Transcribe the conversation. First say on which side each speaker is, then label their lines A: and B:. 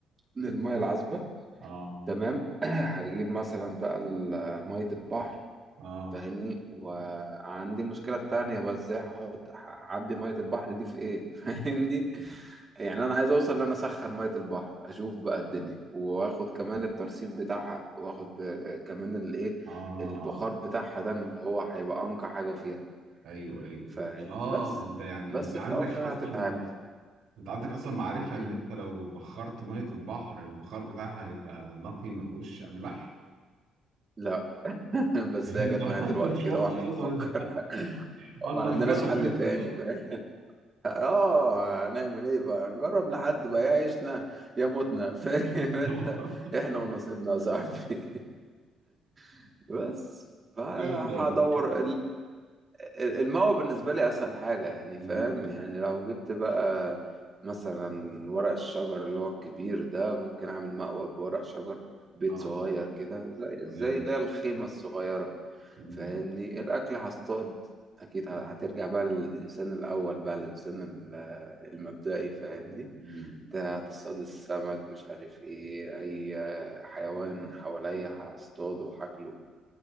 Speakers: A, on the right; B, on the right.
A: للمية العذبة
B: اه
A: تمام <clears throat> هجيب مثلا بقى ال- مية البحر
B: اه
A: فاهمني وعندي مشكلة تانية بقى ازاي هحط هعبي مية البحر دي في ايه <laughs> فاهمني يعني انا عايز اوصل ان انا اسخن مية البحر اشوف بقى الدنيا واخد كمان الترسيب بتاعها واخد ب- كمان الايه
B: اه
A: البخار بتاعها ده اللي هو هيبقى انقى حاجة فيها
B: ايوه ايوه
A: فاهم
B: اه
A: بس
B: انت يعني
A: بس
B: انت عندك
A: في الاول فعلا
B: اصلا
A: هتتعامل
B: انت عندك اصلا معرفة
A: مم.
B: ان انت لو بخرت مية البحر البخار بتاعها هيبقى نقي ما فيهوش املاح
A: لا <laughs>
B: <laughs>
A: بس
B: يعني
A: هي
B: انت
A: جت معايا
B: انت
A: دلوقتي
B: مش
A: كده
B: واثق
A: واحنا
B: اصلا
A: بنفكر
B: انت
A: <laughs>
B: <laughs> انت
A: ما عندناش
B: هتجرب
A: حل
B: لسه
A: تاني فاهم اه نعمل ايه بقى نجرب لحد بقى يا عيشنا يا موتنا <laughs> فاهم انت
B: <laughs>
A: احنا ونصيبنا يا صاحبي <laughs> بس فهدور
B: ايوه انت انت
A: الماوى بالنسبة لي أسهل حاجة يعني
B: مم.
A: فاهم يعني لو جبت بقى مثلا ورق الشجر اللي هو الكبير ده ممكن أعمل مأوى بورق شجر بيت
B: اه
A: صغير كده زي زي
B: تمام
A: اللي هي الخيمة الصغيرة
B: مم.
A: فاهمني الأكل هصطاد أكيد ه- هترجع بقى للإنسان الأول بقى الإنسان ال- المبدئي فاهمني
B: مم.
A: انت هتصطاد السمك مش عارف ايه أي حيوان حواليا هصطاده وهاكله